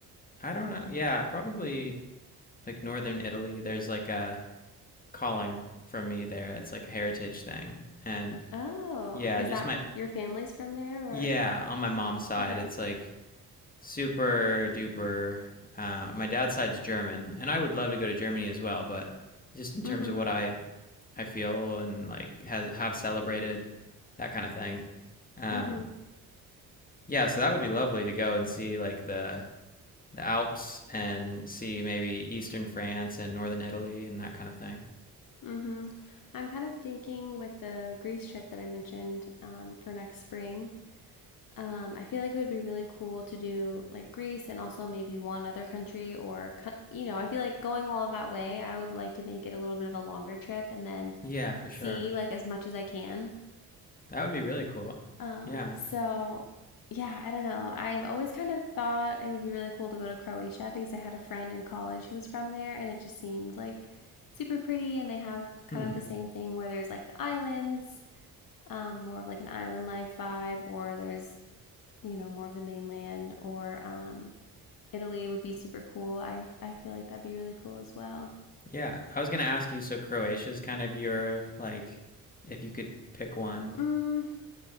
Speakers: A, on the left; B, on the left.
A: I don't know. Yeah, probably like northern Italy, there's like a calling from me there. It's like a heritage thing. And
B: Oh,
A: yeah,
B: is
A: just
B: that
A: my
B: your family's from there or?
A: yeah, on my mom's side,
B: Okay.
A: it's like super duper. Uh, my dad's side's German, and I would love to go to Germany as well, but just in terms
B: Mm-hmm.
A: of what I I feel and like has have celebrated that kind of thing. Um,
B: Mm-hmm.
A: yeah, so that would be lovely to go and see like the the Alps and see maybe eastern France and northern Italy and that kind of thing.
B: Mm-hmm. I'm kind of thinking with the Greece trip that I mentioned um, for next spring. Um, I feel like it would be really cool to do like Greece and also maybe one other country or, you know, I feel like going all of that way, I would like to make it a little bit of a longer trip and then
A: Yeah, for
B: see
A: sure.
B: like as much as I can.
A: That would be really cool.
B: Um,
A: Yeah.
B: so yeah, I don't know. I've always kind of thought it would be really cool to go to Croatia because I had a friend in college who was from there and it just seemed like super pretty and they have kind
A: Hmm.
B: of the same thing where there's like the islands, um, more of like an island life vibe, or there's you know, more of the mainland or um, Italy would be super cool. I, I feel like that'd be really cool as well.
A: Yeah. I was gonna ask you. So Croatia is kind of your like, if you could pick one.
B: Mm,